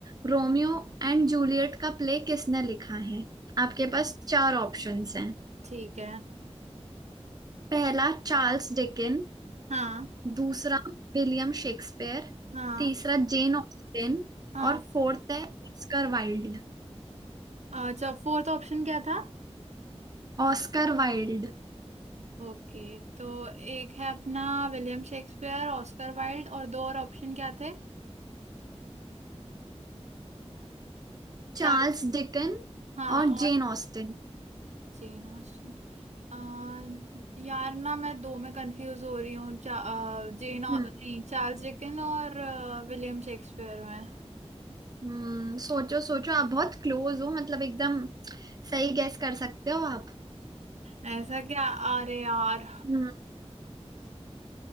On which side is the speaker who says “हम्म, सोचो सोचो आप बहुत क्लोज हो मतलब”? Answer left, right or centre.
Right